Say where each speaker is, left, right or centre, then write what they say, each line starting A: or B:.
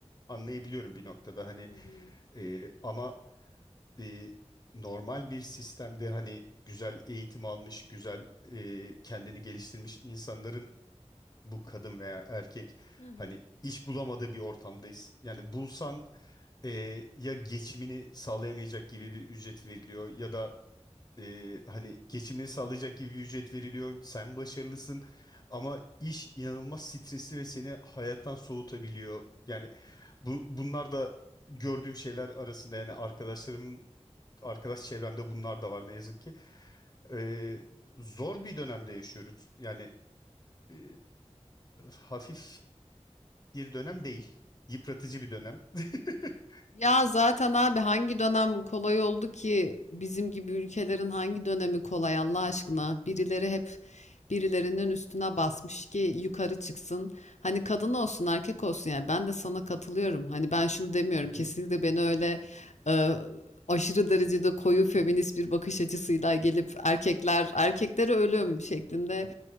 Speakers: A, on the left; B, on the left.
A: anlayabiliyorum bir noktada. Hani
B: Hı hı.
A: e, ama e, normal bir sistemde hani güzel eğitim almış, güzel e, kendini geliştirmiş insanların bu kadın veya erkek
B: Hı hı.
A: hani iş bulamadığı bir ortamdayız. Yani bulsan e, ya geçimini sağlayamayacak gibi bir ücret veriliyor ya da e, hani geçimini sağlayacak gibi bir ücret veriliyor. Sen başarılısın ama iş inanılmaz stresli ve seni hayattan soğutabiliyor. Yani bu, bunlar da gördüğüm şeyler arasında yani arkadaşlarımın arkadaş çevremde bunlar da var ne yazık ki. Ee, zor bir dönemde yaşıyoruz. Yani ee, hafif bir dönem değil. Yıpratıcı bir dönem. <laughs>
B: Ya zaten abi hangi dönem kolay oldu ki bizim gibi ülkelerin hangi dönemi kolay Allah aşkına? Birileri hep birilerinin üstüne basmış ki yukarı çıksın. Hani kadın olsun erkek olsun yani ben de sana katılıyorum. Hani ben şunu demiyorum
A: Hı hı.
B: kesinlikle beni öyle e, aşırı derecede koyu feminist bir bakış açısıyla gelip erkekler erkeklere ölüm şeklinde